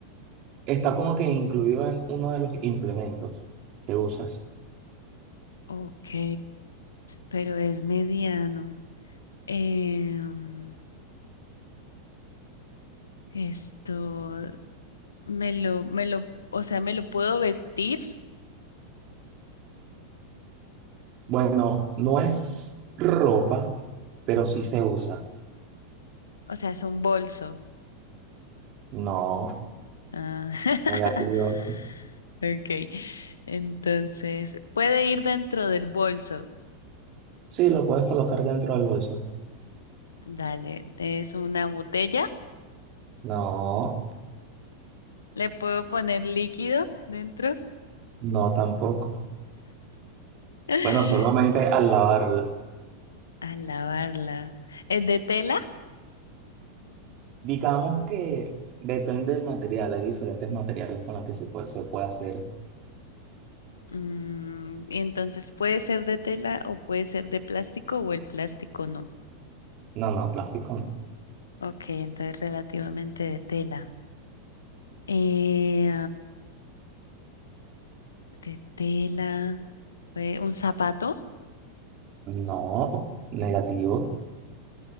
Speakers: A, on the right (about 40°); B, on the left (about 70°).
A: Está como que incluido en uno de los implementos que usas.
B: Ok. Pero es mediano. Em, esto. Me lo, me lo, o sea, me lo puedo vestir,
A: Bueno, no es ropa, pero sí se usa.
B: o sea, es un bolso.
A: No,
B: Ah, <laughs>
A: negativo.
B: ok. Entonces, puede ir dentro del bolso.
A: Sí, lo puedes colocar dentro del bolso.
B: Dale, es una botella.
A: No,
B: Le puedo poner líquido dentro.
A: no tampoco.
B: <laughs>
A: Bueno, solamente al lavarla.
B: A lavarla. ¿Es de tela?
A: Digamos que depende del material. Hay diferentes materiales con los que se puede, se puede hacer.
B: Mm, entonces puede ser de tela o puede ser de plástico o el plástico no.
A: No, no, plástico no.
B: Ok, entonces relativamente de tela. Eh, de tela, fue un zapato.
A: No, negativo.